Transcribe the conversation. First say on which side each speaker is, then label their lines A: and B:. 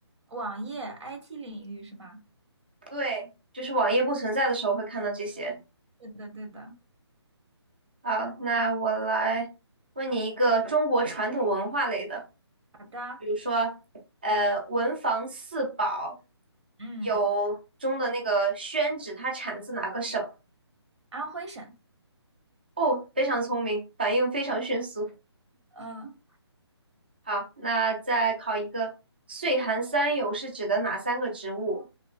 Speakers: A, on the right; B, on the right.
A: 网页 IT 领域是吗？
B: 对，就是网页不存在的时候会看到这些。
A: 对的对的，
B: 好，那我来问你一个中国传统文化类的，
A: 好的，
B: 比如说，呃，文房四宝
A: 嗯，
B: 有中的那个宣纸，它产自哪个省？
A: 安徽省，
B: 哦，非常聪明，反应非常迅速。
A: 嗯
B: 好，那再考一个，岁寒三友是指的哪三个植物？